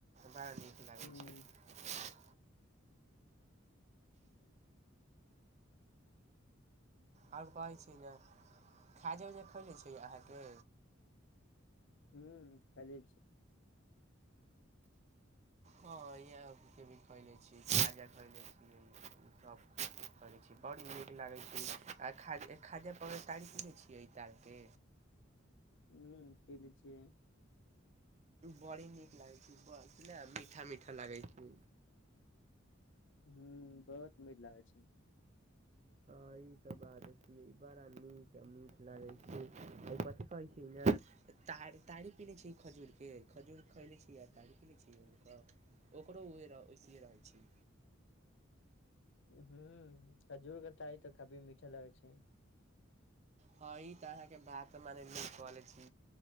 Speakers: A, on the right; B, on the left.
A: बड़ा नीक लागै
B: हूँ
A: छी
B: ह्म
A: आओर कहै छी ने
B: ने
A: खाजे उजे खैले छिये अहाँके
B: हूँ खैले
A: हँ इएह भी खरीदै छियै खिजा खरीदै छियैसभ <inaudible> छी बड़ी नीक लागैत छै आ खाद खाजा पर तारी पीने छियै <inaudible> डालके
B: हूँ पीले छियै <inaudible>
A: बड़ी नीक लागै छै कितना मीठा मीठा लागै छै
B: हूँ बहुत मीठ लागै छै
A: के बाद बड़ा नीक मीठ लागे छै कथी कहै छी ने तऽ तार तारी पीने छिये खजूरके खजूर खैले छी आ तारी ओकरो उहे वैसीए रहै छी
B: हूँ खजूर कटाइ तऽ खजूर मीठा लगै छै
A: हँ ई तऽ अहाँके बात मने नहि कहले छी